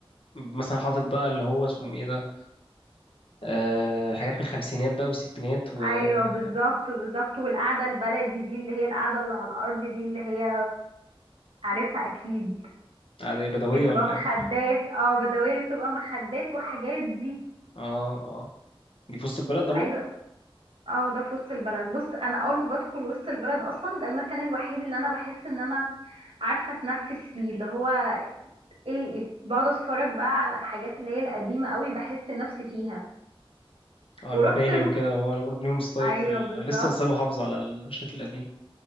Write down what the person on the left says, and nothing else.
مثلا حاطط بقى اللي هو اسمه ايه ده أه حاجات من الخمسينات بقى والستينات وقعدة
ايه بدويه
ولا
ايه
اه اه دي في وسط البلد ده برضو
اه
المباني
وكده هو برضو ليهم ستايل
في ال...
لسه لسه محافظ على الشكل القديم